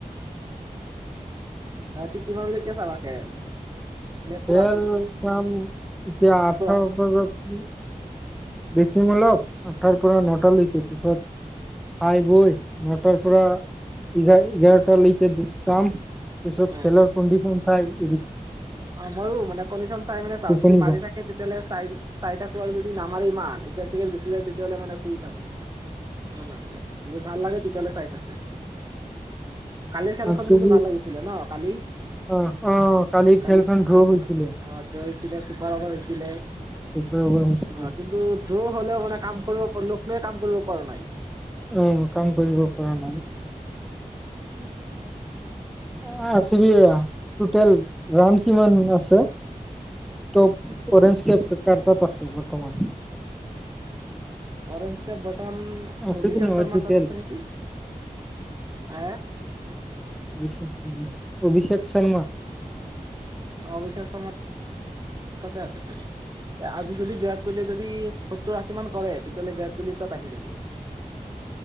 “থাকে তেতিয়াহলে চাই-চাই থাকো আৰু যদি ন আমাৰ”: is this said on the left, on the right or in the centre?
Right